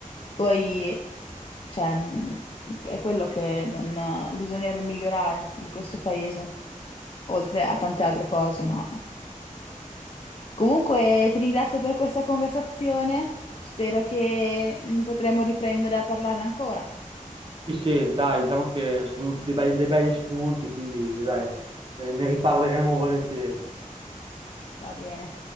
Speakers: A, on the left (about 40°); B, on the right (about 35°).
A: Poi, cioè, mh, è quello che non, bisognerebbe migliorare di questo paese, oltre a tante altre cose, ma... Comunque, ti ringrazio per questa conversazione, spero che potremo riprendere a parlarne ancora.
B: sì, sì, dai, diciamo che sono venuti dei bei- dei begli spunti, quindi, dai, eh, ne riparleremo volentieri.
A: Va bene.